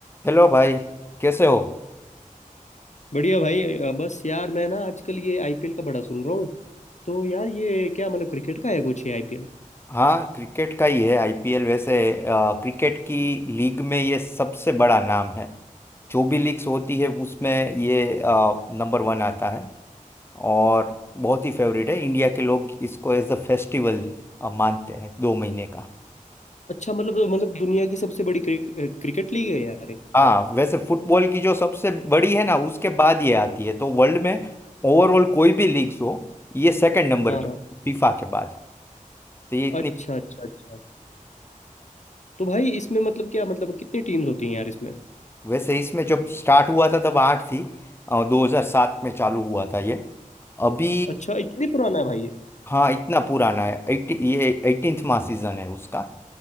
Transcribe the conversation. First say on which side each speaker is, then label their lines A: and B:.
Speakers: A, on the left; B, on the left.
A: Hello भाई कैसे हो
B: बढ़िया भाई अ, बस यार मैं ना आजकल ये आईपीएल का बड़ा सुन रहा हूँ तो यार ये क्या मतलब क्रिकेट का है कुछ ये आईपीएल
A: हाँ क्रिकेट का ही है आईपीएल वैसे अ, क्रिकेट की लीग में ये सबसे बड़ा नाम है जो भी लीग्स होती है उसमें ये नंबर वन आता है और बहुत ही फेवरेट है इंडिया के लोग इसको एज अ फेस्टिवल मानते हैं दो महीने का
B: अच्छा मतलब मतलब दुनिया की सबसे बड़ी क्रि, अ, क्रिकेट लीग है यार ये
A: हाँ वैसे फुटबॉल की जो सबसे बड़ी है ना उसके बाद ये आती है तो वर्ल्ड में ओवरऑल कोई भी लीग्स हो ये सेकंड नंबर
B: हाँ
A: पे
B: हाँ
A: फीफा के बाद तो ये इतनी
B: अच्छा अच्छा अच्छा तो भाई इसमें मतलब क्या मतलब कितनी टीम्स होती हैं यार इसमें
A: वैसे इसमें जब स्टार्ट हुआ था तब आठ थी दो हजार सात में चालू हुआ था ये अभी
B: अच्छा इतनी पुराना है भाई ये
A: हाँ इतना पुराना है 80 ये 18वां सीजन है उसका